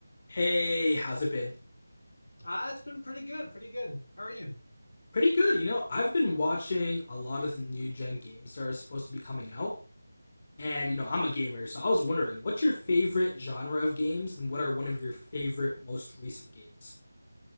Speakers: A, on the left; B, on the left.
A: Hey, how's it been?
B: Uh, it's been pretty good, pretty good. How are you?
A: Pretty good, you know. I've been watching a lot of the new gen games that are supposed to be coming out, and you know, I'm a gamer, so I was wondering, what's your favorite genre of games, and what are one of your favorite most recent games?